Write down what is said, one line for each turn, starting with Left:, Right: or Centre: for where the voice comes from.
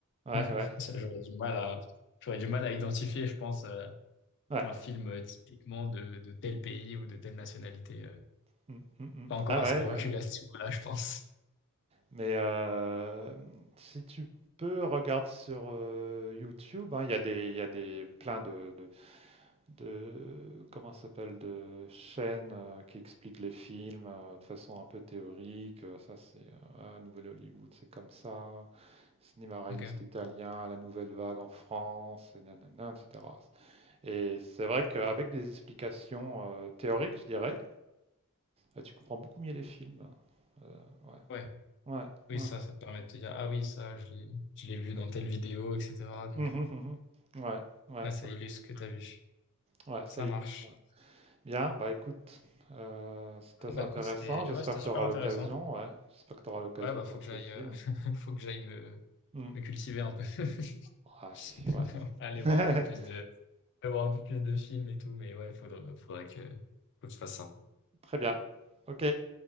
Right: ouais,
Left: <laughs>
Right: ouais,
Left: ça j'aurais du mal à j'aurais du mal à identifier je pense euh,
Right: ouais.
Left: un film euh, typiquement de de tel pays ou de telle nationalité euh.
Right: Mmh, mmh mh.
Left: pas encore
Right: Ah
Left: assez
Right: ouais,
Left: de recul
Right: ouais.
Left: à ce niveau-là je pense
Right: Mais hem, si tu peux, regarde sur, heu, YouTube, hein, il y a des il y a des plein de de de comment ça s'appelle? De chaînes, heu, qui expliquent les films, heu, de façon un peu théorique, heu, ça c'est, euh, ah, Nouvelle Hollywood, c'est comme ça, cinéma réaliste
Left: ok
Right: italien, la nouvelle vague en France et na et cetera. Et c'est vrai qu'avec des explications euh, théoriques, je dirais, euh, tu comprends beaucoup mieux les films. Euh, ouais,
Left: ouais
Right: ouais,
Left: oui
Right: ouais.
Left: ça ça te permet de te dire ah oui ça je l'ai je l'ai vu dans telle vidéo etc donc
Right: Mhm,
Left: euh,
Right: mhm. Ouais, ouais,
Left: ouais
Right: ça,
Left: ça illustre ce que t'as vu
Right: ouais,
Left: ça
Right: ça illustre.
Left: marche
Right: Bien, bah écoute, euh, c'est très
Left: bon bah
Right: intéressant.
Left: écoute c'était
Right: J'espère
Left: ouais c'était
Right: que
Left: super
Right: tu auras
Left: intéressant
Right: l'occasion, ouais. J'espère que tu auras l'occasion
Left: Ouais, bah,
Right: de
Left: faut
Right: voir
Left: que
Right: ces
Left: j'aille,
Right: films.
Left: euh, <laughs> faut que j'aille me,
Right: Mm.
Left: me cultiver un peu. <laughs>
Right: Ouais,
Left: Aller
Right: ouais.
Left: voir un peu plus
Right: <laughs>
Left: de, aller voir un peu plus de films et tout, mais ouais, faudrait, faudrait que, faut que je fasse ça.
Right: Très bien. Ok,